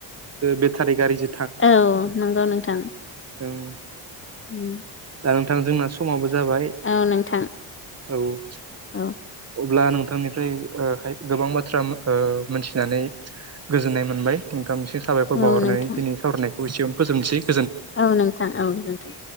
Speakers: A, on the right; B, on the left.
A: बेटारि गारिजो
B: औ नंगौ नोंथां।
A: ओं
B: उम
A: दा नोंथां जोंना समाबो जाबाय
B: औ नोंथां।
A: औ
B: औ
A: अब्ला नोंथांनिफ्रायाय ओ खाय गोबां बाथ्रा मो ओ मिथिनानै गोजोननाय मोनबाय नोंथांनिसि साबायखर
B: औ
A: बावहरनानै
B: नोंथां
A: दिनै सावरायनायखौ एसेयावनो फोजोबनोसै।
B: औ नोंथां औ गोजोनथों।